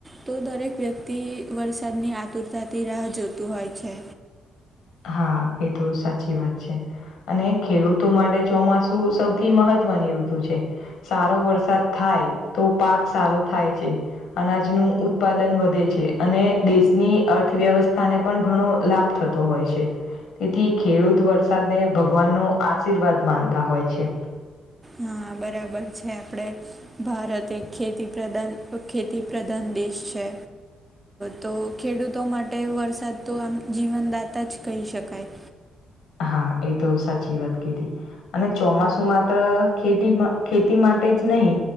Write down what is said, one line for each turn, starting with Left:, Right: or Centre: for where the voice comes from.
Right: તો દરેક વ્યક્તિ વરસાદની આતુરતાથી રાહ જોતું હોય છે
Left: હા એ તો સાચી વાત છે અને ખેડૂતો માટે ચોમાસું સૌથી મહત્વની ઋતુ છે સારો વરસાદ થાય તો પાક સારો થાય છે અનાજનું ઉત્પાદન વધે છે અને દેશની અર્થવ્યવસ્થાને પણ ઘણો લાભ થતો હોય છે તેથી ખેડૂત વરસાદને ભગવાન ન આશીર્વાદ માનતા હોય છે
Right: હા બરાબર છે આપડે ભારત એક ખેતી પ્રધાન ખેતી પ્રધાન દેશ છે તો ખેડૂતો માટે વરસાદ તો આમ જીવનદાતા જ કહી શકાય
Left: હા એ તો સાચી વાત કીધી અને ચોમાસું માત્ર ખેતી ખેતી માટે જ નહી